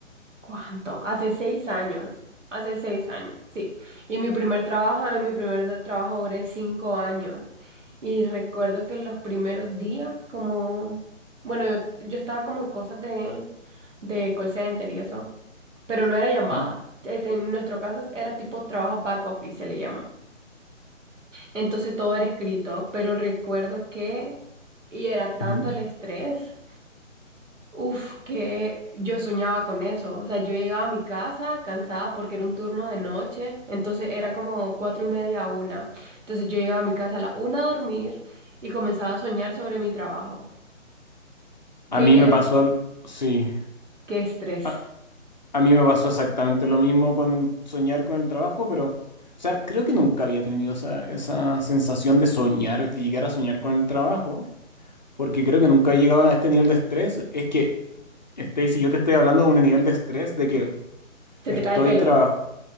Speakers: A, on the right; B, on the left.
A: ¿Cuánto? Hace seis años. Hace seis años, sí. Y mi primer trabajo, en mi primer de- trabajo duré cinco años. Y recuerdo que los primeros días, como, bueno, yo, yo estaba como en cosas de, de call center y eso, pero no era llamada.
B: ¿Ah?
A: Este, en nuestro caso era tipo trabajo back office, se le llama. Entonces todo era escrito, pero recuerdo que, y era tanto
B: Ujú.
A: el estrés Uf, que yo soñaba con eso. O sea, yo llegaba a mi casa cansada porque era un turno de noche, entonces era como cuatro y media a una. Entonces yo llegaba a mi casa a la una a dormir y comenzaba a soñar sobre mi trabajo.
B: A
A: ¿Qué
B: mí me pasó,
A: es?
B: sí,
A: ¿Qué estrés?
B: a, a mí me pasó exactamente lo mismo con el soñar con el trabajo, pero, o sea, creo que nunca había tenido esa, esa sensación de soñar, de llegar a soñar con el trabajo, porque creo que nunca he llegado a este nivel de estrés. Es que, este, si yo te estoy hablando de un nivel de estrés de que
A: Se
B: estoy
A: te cae el pelo.
B: trabajando,